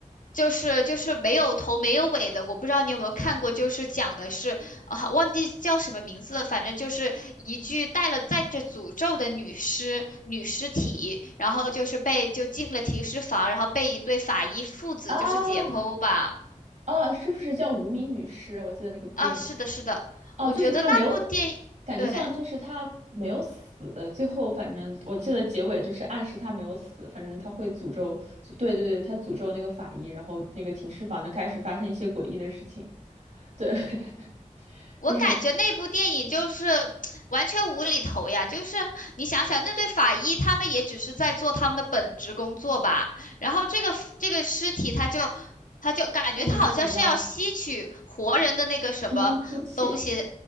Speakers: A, on the left (about 75°); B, on the right (about 60°).
A: 就是就是没有头没有尾的，我不知道你有没有看过，就是讲的是啊忘记叫什么名字了，反正就是一具带了带着诅咒的女尸女尸体，然后就是被就进了停尸房，然后被一对法医父子就是解剖吧。
B: 啊，哦，是不是叫《无名女尸》？我记得那个部电影，
A: 啊，是的，是的，
B: 哦，
A: 我觉得那部电影，
B: 就是她没有，感觉像就是她没有死，
A: 对，
B: 最后反正我记得结尾就是暗示她没有死，反正她会诅咒，对对对，她诅咒那个法医，然后那个停尸房就开始发生一些诡异的事情，对，<laughs>
A: 我感觉那部电影就是
B: 就是
A: <tsk> 完全无厘头呀，就是你想想，那对法医他们也只是在做他们的本职工作吧，然后这个 f- 这个尸体他就他就感觉他好像是要吸取活人的那个什么东西，
B: 莫名其妙，惊惊气，